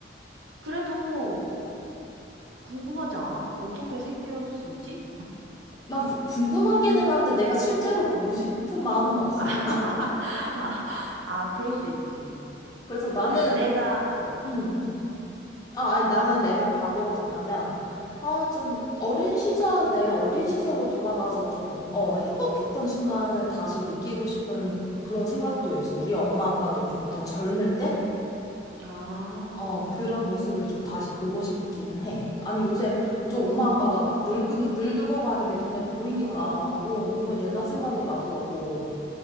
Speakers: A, on the right; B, on the left.
A: 그래도 궁금하지 않아? 어떻게 생겼을지?
B: 난 구- 궁금하기는 한데 내가 실제로 보고 싶은 마음은 없어.
A: 아, <laughs> 아, 그럴 수 있지.
B: 그래서
A: 근데
B: 나는,
A: 내가, 어.
B: 음. 아, 아니, 나는 내가 과거로 간다면, 아, 좀, 어린 시절, 내 어린 시절로 돌아가서 좀, 어, 행복했던 순간을 다시 느끼고 싶은 그런 생각도 있어. 우리 엄마 아빠도 좀 더 젊을 때?
A: 아,
B: 어, 그런 모습을 좀 다시 보고 싶기는 해. 아니, 요새 좀 엄마
A: 음,
B: 아빠가 막 늙은, 늙어가는 게 눈에 보이니까,
A: 맞아, 맞아,
B: 어, 그런 옛날
A: 맞아.
B: 생각이 나더라고.